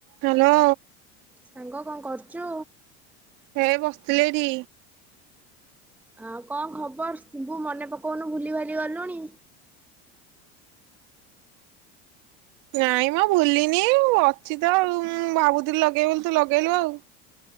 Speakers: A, on the right; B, in the centre.
A: Hello.
B: ସାଙ୍ଗ କଣ କରୁଛୁ?
A: ହେଇ ବସିଥିଲି ଏଇଠି।
B: ଆଉ କଣ ଖବର ସଭ ମନେ ପକଉନୁ ଭୁଲି ଭାଲି ଗଲୁଣି।
A: ନାଇଁ ମ ଭୁଲିନି ଅଛି ତ ଆଉ ମୁଁ ଭାବୁଥିଲି ଲଗେଇବି ବୋଲି ତୁ ଲଗେଇଲୁ ଆଉ।